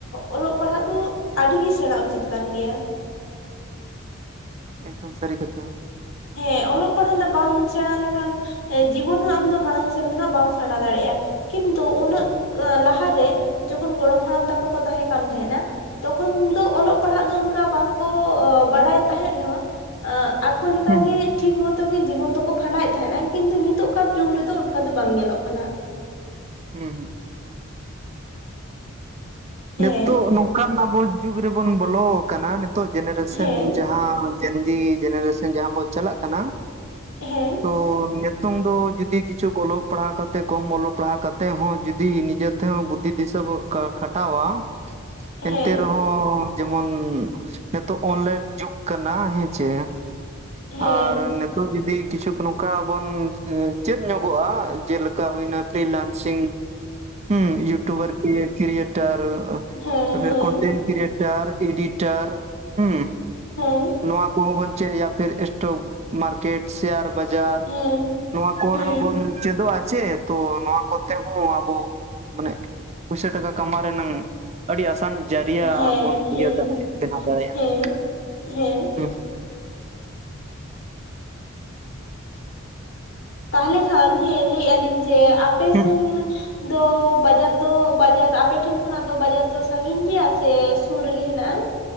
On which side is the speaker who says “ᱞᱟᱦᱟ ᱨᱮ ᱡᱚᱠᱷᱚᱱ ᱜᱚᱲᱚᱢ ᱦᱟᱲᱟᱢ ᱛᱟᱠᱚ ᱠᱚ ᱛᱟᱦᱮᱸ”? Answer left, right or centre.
Left